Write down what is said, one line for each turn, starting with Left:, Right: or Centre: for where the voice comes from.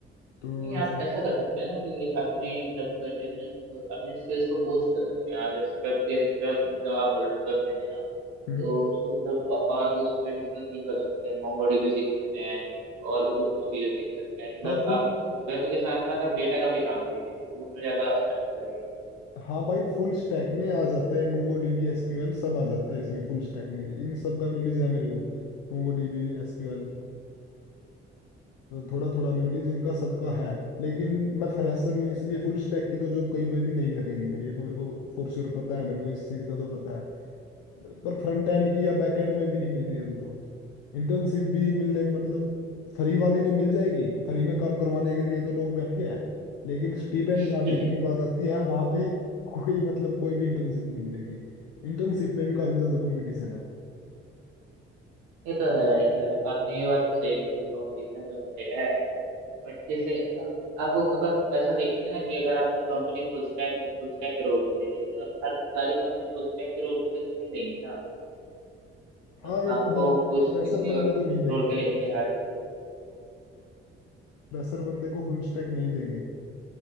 Left: तो
Right: नहीं आप
Left: ऐसे
Right: ऐसा कर सकते हैं ना कि अपने मतलब टेक्निक अपने स्किल्स को बूस्ट कर सकते हैं आप जैसे वेब के वेब मतलब आप बोल रहे वेब में है
Left: हम्म
Right: तो उसको मतलब औ- और भी उसमें एडिशनल थिंग कर सकते हैं मोंगोडीबी सीख सकते हैं और भी कुछ कुछ चीजें सीख सकते हैं मतलब
Left: हाँ फुल
Right: आप वेब के साथ साथ आप डेटा का भी काम कीजिए तो उसमें ज्यादा अच्छा लगेगा
Left: हाँ भाई फुल स्टैक में आ जाता है मोंगो डीबी एसक्यूएल सब आ जाता है इसमें फुल स्टैक में इन सब का नॉलेज है मेरे को
Right: हम्म,
Left: मोंगो डीबी एसक्यूएल
Right: हम्म,
Left: थोड़ा थोड़ा नॉलेज इनका सबका है लेकिन मैं फ्रेशर हूँ इसलिए फुल स्टैक की तो जॉब कहीं पे भी नहीं लगेगी मेरी ये तो मेरे को फोर श्योर पता है मेरे को इस चीज़ का तो पता है पर फ्रंट एंड की या बैक एंड में भी नहीं मिल रही अभी तो इंटर्नशिप भी मिलने
Right: हम्म।
Left: मतलब फ्री वाली तो मिल जाएगी फ्री में काम करवाने के लिए तो लोग बैठे हैं लेकिन स्टीपेंड
Right: <laughs>
Left: जहाँ देने की बात आती है वहां पे कोई मतलब कोई भी इंटर्नशिप
Right: आपको।
Left: नहीं मिलेगी इंटर्नशिप में भी काफी
Right: हाँ
Left: ज्यादा कंपटीशन है
Right: ये तो है भाई मतलब आपने ये बात तो सही बोली कंपटीशन तो हर जगह है बट जैसे अ, आप अगर ऐसा देखेंगे ना कि अगर आपको कंपनी फुल स्टैक फुल स्टैक के रोल के लिए रही तो हर सारी कंपनी फुल स्टैक के रोल के लिए तो नहीं लेंगी ना आपको। मतलब
Left: हाँ ये
Right: आपको
Left: तो है फ्रेशर
Right: कुछ किसी
Left: बंदे
Right: और
Left: को नहीं देंगे
Right: रोल के लिए हायर कर सकती
Left: फ्रेशर बंदे को फुल स्टैक नहीं देंगे